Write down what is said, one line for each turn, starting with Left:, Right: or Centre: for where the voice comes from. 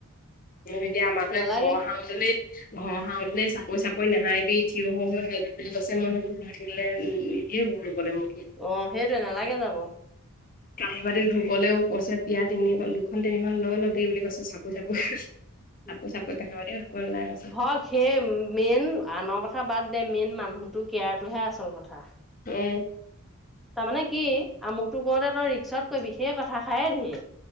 Left: এতিয়া আমাৰ ঘৰ
Centre: নালাগে
Left: খাওতে <unintelligible> নেই ঘৰ খাওঁতেনে চ চাপই চাপই নাহাহিবি থিয় হৈ হৈ হাঁহি থাকিবলৈ কৈছে। মই সেইবোৰ লৈ থাকিলে নিদিয়ে ৰোৱলে মোক সি।
Centre: অহ সেইটোৱে নালাগে যাব।
Left: কাঁহী, বাতি ধুবলৈও কৈছে। পীড়া তিনিখন দুখন তিনিখন লৈ ল'বি বুলি কৈছে চাপই চাপই।
Centre: <unintelligible>
Left: চাপই চাপই কাঁহী, বাটিও ধুব নালাগে কৈছে।
Centre: হওক সেই মেইন আনৰ কথা বাদ দে, মেইন মানুহটো কেয়াৰটোহে আচল কথা।
Left: এ
Centre: তাৰমানে কি? আমোকটো কওঁতে তই ৰিক্স আউট কৰিবি সেই কথাষাৰে ঢেৰি।